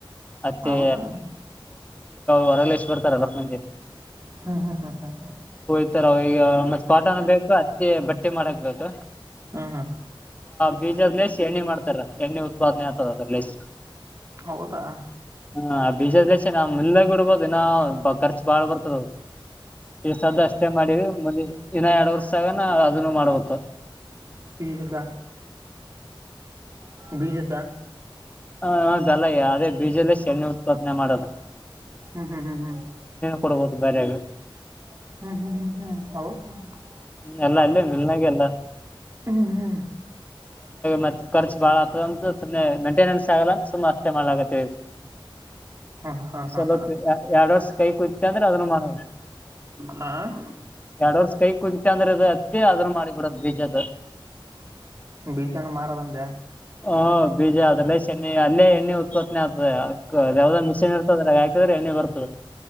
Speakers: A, on the left (about 15°); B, on the right (about 35°).
A: ಅತ್ತೆ
B: ಹೌದಾ ಹ್ಞೂ
A: ಹೊರಲೇಶ್ ಬರ್ತಾರಲ್ಲ ಎಲ್ಲಸ್ ಮಂದಿ
B: ಹಾ ಹಾ ಹಾ ಹ ಹ
A: ಇರ ಈಗ ಮತ್ ಕಾಟನ ಬೇಕು ಅತ್ತಿ ಬಟ್ಟಿ ಮಾಡಕ್ ಬೇಕು
B: ಹಾ ಹಾ
A: ಬೀಜದ್ ಲೇಸ್ ಎಣ್ಣಿ ಮಾಡ್ತಾರ ಎಣ್ಣಿ ಉತ್ಪಾದನೆ ಆಗ್ತದ ಅದರ ಲೇಸ್
B: ಹೌದಾ
A: ಹ ಆ ಬೀಜದಸೆ ನಾವ ಮಿಲನ್ಯಾಗು ಇಡಬಹುದು ದಿನ ಖರ್ಚ ಬಾಳ್ ಬರ್ತದ ಈಸದ ಅಷ್ಟೇ ಮಾಡಿವ ಮುದಿ ಇನ್ನ ಎರಡ್ ವರ್ಷದಾಗನ ಅದನ್ನು ಮಾಡ್ಬೇಕು
B: ಬಿ ಸದ ಬಿ ಸದ
A: ಹ ಹೌದಲ್ಲ ಅದೇ ಬೀಜಲ್ಲೇ ಸಣ್ಣೆ ಉತ್ಪಾದನೆ ಮಾಡದು
B: ಹ್ಮ್ ಹ್ಮ್ ಹ್ಮ್ ಹ್ಮ್
A: ಕೊಡ್ಬೋದು ಬೇರೆ
B: ಹ್ಮ್ ಹ್ಮ್ ಹ್ಮ್ ಹ್ಮ್ ಹ
A: ಹ್ಮ ಎಲ್ಲ ಅಲ್ಲಿ ಮಲ್ನಾಗ ಎಲ್ಲ
B: ಹ್ಞೂ ಹ್ಞೂ
A: ಮತ್ತತ್ ರ್ಚ್ ಬಾಳ ಆಗ್ತದ ಅಂತ ಸುಮ್ಮನೆ ಮೈಂಟೆನೆನ್ಸ್ ಆಗಲ್ಲ ಅಂತ ಸುಮ್ಮ ಅಷ್ಟೆಮ ಆಗೆ
B: ಹಾಂ ಹಾಂ
A: ಸ್ವಲ್ಪ
B: ಹಾಂ ಹಾಂ
A: ಎರಡ್ ವರ್ಷ ಕೈ ಕುೂತ್ತೆ ಅಂದ್ರೆ ಅದನ್ನು ಮಾಡದು
B: ಹಾಂ
A: ಎರಡ್ ವರ್ಷ ಕೈ ಕುಂಂತ ಅಂದ್ರೆ ಅದು ಅತ್ತಿ ಅದ್ರ ಮಾಡಿ ಬಿಡದ್ ಬೀಜದ
B: ಬೀಜನ ಮಾರದಂದೆ
A: ಹ ಬೀಜ ಅದ್ರಲ್ಲ ಶಣ್ಣಿ ಅಲ್ಲೇ ಎಣ್ಣೆ ಉತ್ಪತ್ತನೆ ಆಗ್ತದೆ ಯಾವ್ದ್ ಮಿಶೀನ್ ಇರ್ತದ್ರಾಕಿ ್ರ ಎಣ್ಣ ಬರ್ತದೆ